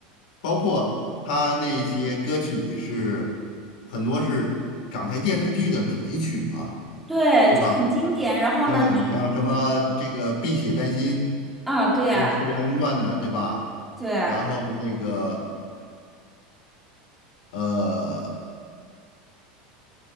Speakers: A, on the left; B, in the centre.
A: 包括他那些歌曲是很多是港台电视剧的主题曲嘛，
B: 对，
A: 是吧？
B: 就很经典。然后呢，
A: 对，
B: 你
A: 像什么这个《碧血丹心》
B: 啊，对呀，
A: 就是《射雕英雄传的，对吧？
B: 对呀，
A: 然后那个呃，